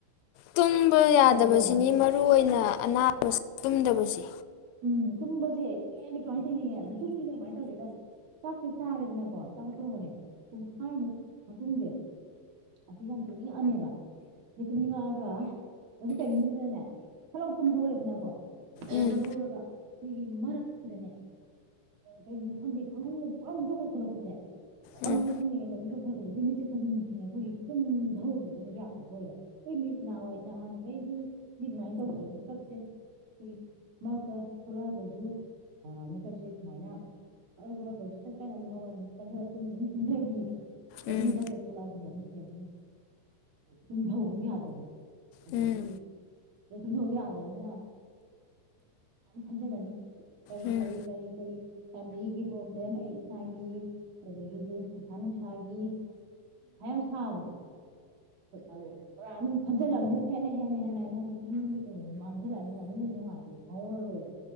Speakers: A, on the left; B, on the right.
A: ꯇꯨꯝꯕ ꯌꯥꯗꯕꯁꯤꯅꯤ
B: ꯇꯧꯔꯕꯅꯤ
A: ꯃꯔꯨ ꯑꯣꯏꯅ ꯑꯅꯥ ꯇꯨꯝꯗꯕꯁꯤ
B: ꯎꯝ ꯇꯨꯝꯕꯁꯦ ꯁꯨꯡꯛꯉꯗꯤ ꯀꯃꯥꯏꯅ ꯇꯧꯅꯤꯉ ꯇꯨꯝꯕꯁꯦ ꯀꯃꯥꯏꯅ ꯇꯧꯒꯦꯗ ꯆꯥꯛꯁꯦ ꯆꯥꯔꯦꯗꯅꯀꯣ ꯆꯥꯛ ꯇꯧꯕꯅꯦ ꯄꯨꯡꯈꯥꯏꯃꯨꯛ ꯃꯇꯨꯡꯁꯦ ꯑꯁꯤ ꯌꯥꯝ ꯇꯨꯝꯅꯤꯡꯉꯛꯑꯅꯦꯕ ꯑ ꯇꯨꯝꯅꯤꯡꯉꯛꯑꯒ ꯑꯗꯨ ꯇꯩꯃꯤꯗꯨꯗꯅꯅꯦ ꯐꯂꯥꯎ ꯇꯨꯝꯍꯧꯔꯦꯗꯅꯀꯣ ꯑꯩ
A: ꯎꯝ
B: ꯑꯗꯨꯝ ꯍꯧꯔꯒ ꯃꯔꯛꯁꯤꯗꯅꯦ ꯀꯩꯒꯨꯝꯕ ꯈꯪꯗꯦ ꯈꯪꯍꯟ ꯄꯨꯔ ꯑꯃꯨ ꯀ ꯊꯣꯛꯂꯛꯄꯁꯦ ꯑꯣꯜ
A: ꯎꯝ
B: ꯃꯅꯤ ꯈꯪꯉꯡ ꯃꯤ ꯈ ꯐꯖꯗ ꯑꯗꯨ ꯦ ꯐꯛꯒꯡꯁꯤꯡꯉꯦ ꯑꯩꯈꯒꯤ ꯇꯨꯝ ꯊꯧꯕ ꯑꯗꯨꯝ ꯌꯥꯔꯒꯣꯏꯕ ꯑꯩꯈꯣꯏ ꯃꯤꯠ ꯅꯍꯥꯟꯋꯥꯏ ꯅꯍꯥꯟꯈꯩꯗꯨꯗꯤ ꯑꯗꯨꯃꯥꯏꯅ ꯇꯧꯗꯕꯅꯤ ꯀꯞꯁꯦ ꯑꯩꯈꯣꯏꯒꯤ ꯃꯔꯛꯇ ꯊꯣꯛꯂꯛꯑꯒꯁꯨ ꯃꯤꯀꯞꯁꯦ ꯁꯨꯃꯥꯏꯅꯂ ꯊꯣꯛꯂꯒꯁꯨ ꯁꯛꯀꯥꯏꯅ ꯑꯗꯨꯝ ꯍꯧꯔ ꯆꯪꯊꯂꯨꯝ ꯑꯗꯨꯝ ꯇꯨꯝꯊꯈꯤꯕ ꯑꯩꯅꯤ
A: ꯎꯝ
B: ꯀ ꯆ ꯈꯂꯥꯗꯅꯤ ꯑꯗꯨꯝ ꯀꯨꯝꯊ ꯌꯥꯗ꯭ꯔꯗꯤ ꯑꯗꯒꯤ
A: ꯎꯝ
B: ꯑ ꯁꯨꯝꯊꯧꯧ ꯌꯥꯗꯅꯤꯅ ꯈꯟꯖꯂꯅꯤ ꯀꯔꯤ
A: ꯎꯝ
B: ꯀꯔꯤ ꯀꯔꯤ ꯀꯔꯤ ꯐꯦꯃꯤꯂꯤꯒꯤ ꯄ꯭ꯔꯣꯕ꯭ꯂꯦꯝ ꯑꯩ ꯏꯁꯥꯒꯤ ꯑꯗꯒꯤꯗꯤ ꯄꯩꯁꯥ ꯅꯨꯡꯁꯥꯒꯤ ꯃꯌꯥꯝ ꯁꯥꯕꯗꯣ ꯑꯗꯨ ꯄꯨꯔꯥ ꯑꯗꯨꯝ ꯈꯟꯖꯤꯜꯂꯃꯦ ꯍꯦꯟꯅ ꯍꯦꯟꯅ ꯍꯦꯟꯅ ꯑꯩꯉꯣꯟꯗ ꯇꯨꯅꯤꯡꯒꯤ ꯀꯩꯅꯣꯁꯦ ꯃꯥꯡꯖꯜꯂꯛꯑꯅꯤꯅ ꯍꯥꯏ ꯃꯔ ꯔꯗ